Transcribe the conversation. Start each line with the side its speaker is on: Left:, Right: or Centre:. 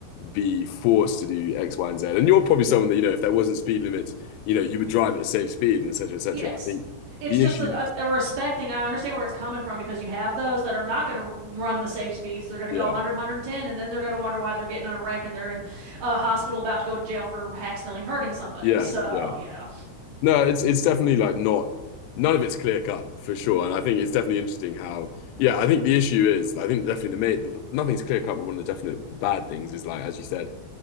Left: be forced to do X, Y, and Z. And you're probably someone that you know, if there wasn't speed limits, you know, you would drive at a safe speed, et cetera, et cetera.
Right: Yes.
Left: I think
Right: It's
Left: the
Right: just
Left: issue,
Right: a, a, a respect thing. I understand where it's coming from because you have those that are not going to r run the safe speeds. They're going to
Left: yeah,
Right: go 100, and then they're going to wonder why they're getting in a wreck and they're in a hospital about to go to jail for accidentally hurting somebody.
Left: yeah,
Right: So,
Left: yeah.
Right: yeah.
Left: No, it's it's definitely like not none of it's clear cut for sure. And I think it's definitely interesting how yeah, I think the issue is I think definitely the mate nothing's clear cut, but one of the definite bad things is like as you said